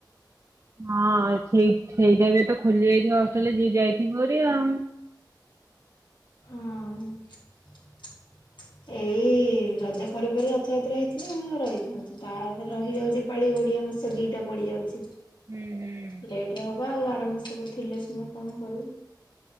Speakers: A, on the right; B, on the left.
A: ହଁ ସେଇ ସେଇ ଟାଇମରେ ତ ଖୋଲି ଯାଇଥିବ ହଷ୍ଟେଲ, ଯିଏ ଯାଇଥିବ ହେରି ଆଉ
B: ହଁ ଏଇ ରଜ ପରେ ପରେ ରଥଯାତ୍ରା ହେଇଥିଲେ ହଁ ରହିଥାନ୍ତୁ। ତାହେଲେ ରହିଯାଉଛି ଏପାଳି ଓଡିଆ ମାସ ଦିଟା ପଡିଯାଉଛି।
A: ହୁଁ ହୁଁ।
B: ଲେଟରେ ହବା ଆଉ ଆର ମାସକୁ ଥିଲେ ସିନା କଣ କରିବ?